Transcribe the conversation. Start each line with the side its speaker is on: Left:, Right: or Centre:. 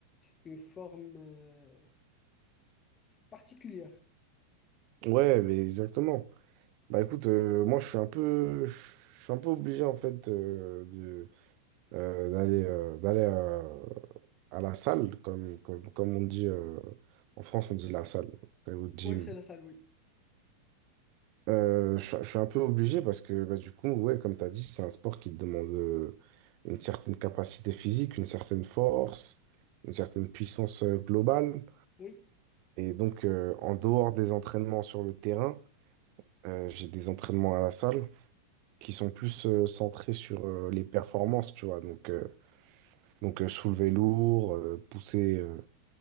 Left: une forme euh, particulière.
Right: Ouais, mais exactement. Bah écoute, euh, moi je suis un peu, je suis un peu obligé en fait euh, de euh, d'aller euh, d'aller euh, à la salle, comme, comme, comme on dit euh, en France, on dit la salle, au gym.
Left: Oui, c'est la salle, oui.
Right: Euh, je, je suis un peu obligé parce que bah, du coup, ouais, comme tu as dit, c'est un sport qui te demande euh, une certaine capacité physique, une certaine force, une certaine puissance euh, globale.
Left: Oui,
Right: Et donc, euh, en dehors des entraînements sur le terrain, euh, j'ai des entraînements à la salle qui sont plus euh, centrés sur euh, les performances, tu vois. Donc, euh, donc euh, soulever lourd, euh, pousser, euh,